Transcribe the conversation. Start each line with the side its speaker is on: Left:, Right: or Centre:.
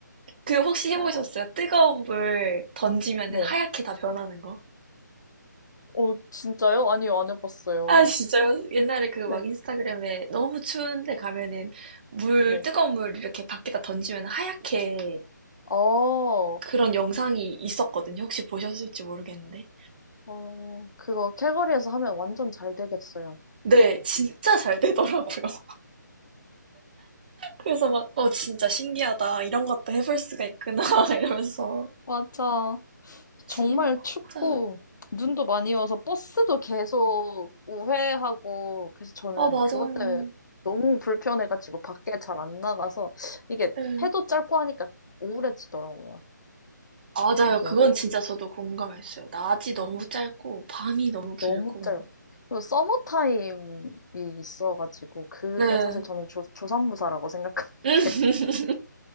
Right: 그 혹시 해
Left: 캘거리.
Right: 보셨어요? 뜨거운 물 던지면은
Left: 네.
Right: 하얗게 다 변하는 거?
Left: 어, 진짜요? 아니요, 안 해봤어요.
Right: 아 진짜요? 옛날에 그
Left: 네,
Right: 막 인스타그램에 너무 추운데 가면은 물
Left: 네.
Right: 뜨거운 물 이렇게 밖에다 던지면 하얗게
Left: 어,
Right: 그런 영상이 있었거든요. 혹시 보셨을지 모르겠는데.
Left: 어, 그거 캘거리에서 하면 완전 잘 되겠어요.
Right: 네. 진짜 잘 되더라고요. <laughs> 그래서 막 '어 진짜 신기하다. 이런 것도 해볼 수가 있구나.' <laughs> 이러면서
Left: 맞아.
Right: 진짜
Left: 정말 춥고 눈도 많이 와서 버스도 계속 우회하고 그래서 저는
Right: 아 맞아요.
Left: 그것 때문에 너무 불편해가지고 밖에 잘 안 나가서 이게
Right: 예.
Left: 해도 짧고 하니까 우울해지더라고요.
Right: 맞아요.
Left: 이게
Right: 그건
Left: 여름
Right: 진짜 저도 공감했어요. 낮이 너무
Left: 맞죠?
Right: 짧고 밤이 너무 길고
Left: 너무 짧아. 그리고 서머 타임이 있어가지고 그게
Right: 네.
Left: 사실 저는 조, 조산무사라고 생각하는데
Right: <laughs>